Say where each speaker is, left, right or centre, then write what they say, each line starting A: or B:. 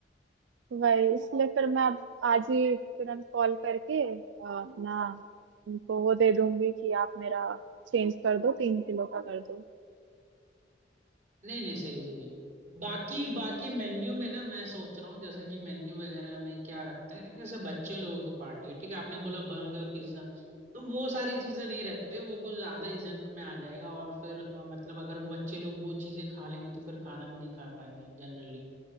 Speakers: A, on the right (about 80°); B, on the right (about 40°).
A: वही इसलिए फिर मैं अब आज ही तुरंत कॉल करके अ, अपना उनको वो दे दूंगी कि आप मेरा चेंज कर दो तीन किलो का कर दो
B: नहीं नहीं सही है सही है बाकी बाकी मेन्यू में ना मैं सोच रहा हूँ जैसे कि मेन्यू वगैरह में क्या रखते हैं जैसे बच्चे लोगों की पार्टी है ठीक है आपने बोला बर्गर पिज्जा तो वो सारी चीजें नहीं रखते वो कुछ ज्यादा ही जंक में आ जाएगा और फिर अ, मतलब अगर वो बच्चे लोग वो चीजें खा लेंगे तो फिर खाना भी नहीं खा पाएंगे जनरली